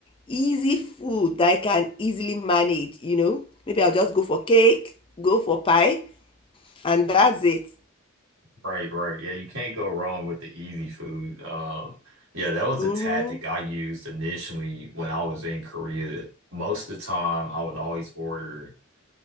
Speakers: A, on the left (about 25°); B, on the right (about 65°).
A: easy food that I can easily manage, you know. Maybe I'll just go for cake, go for pie, and that's it.
B: Right, right. Yeah, you can't go wrong with the easy food. Um, yeah, that was
A: Mm-hmm.
B: a tactic I used initially when I was in Korea. Most of the time, I would always order